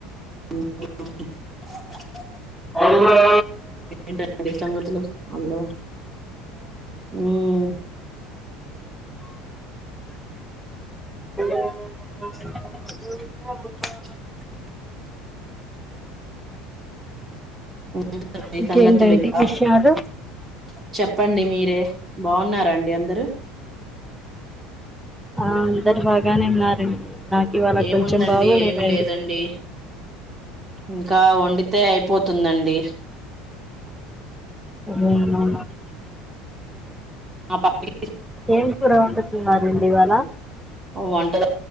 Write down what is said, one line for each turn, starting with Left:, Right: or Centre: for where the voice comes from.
Right: <unintelligible>
Centre: అల్లా
Right: ఏంటండి సంగతులు అల్లో ఉమ్,
Centre: <unintelligible>
Right: <inaudible>
Centre: <unintelligible> <unintelligible>
Right: ఏంటండి
Centre: ఇంకేంటంటే
Right: సంగతులు ఇంకా
Centre: విషయాలు
Right: చెప్ చెప్పండి మీరే బాగున్నారాండి అందరూ
Centre: ఆ అందరు బాగానే ఉన్నారండి నాకు ఈ వాళ
Right: ఏముందండి
Centre: కొంచెం బాగలేదండి
Right: ఏమి లేదండి ఇంకా వండితే అయిపోతుందండి
Centre: అవున
Right: మా పక్కింటి
Centre: ఏం కూర వండుతున్నరండి ఈ వాళ
Right: వంట